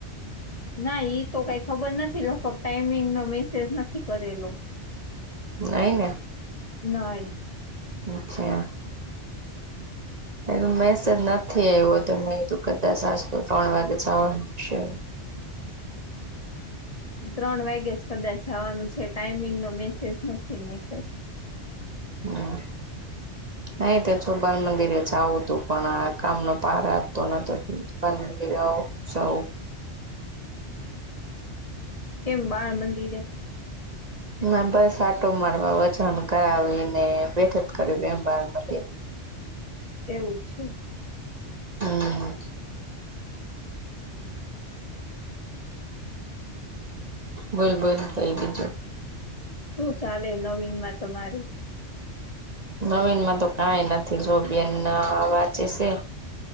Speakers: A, on the left; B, on the right.
A: ના ઈ તો કઈ ખબર નથી લગભગ ટાઈમિંગ નો મેસેજ નથી કરેલો.
B: નઈ ને,
A: નઈ,
B: અચ્છા. એ મેસેજ નથી આવ્યો તો મે કીધું કદાચ આજ તો ત્રણ વાગે જાવાનું છે.
A: ત્રણ વાગે જ કદાચ જવાનું છે, ટાઈમિંગ નો મેસેજ નથી નાખ્યો.
B: હા. નહી તો છું બાાલ મંદિરે જાવું હતું પણ આ કામનો પાર આવતો નતો પન દીઓ, સૌ,
A: <inaudible> કેમ બાળ મંદિરે,
B: ના બસ આટો મારવા વજન કરાવીને બેઠ કરું એમ બાળ મંદિરે,
A: એવું છે.
B: હમ બોલ બોલ કઈ બીજું,
A: હુ ચાલે નવીન માં તમારે.
B: નવીનમાં તો કાઈ નથી જો બેન અ વાંચે છે.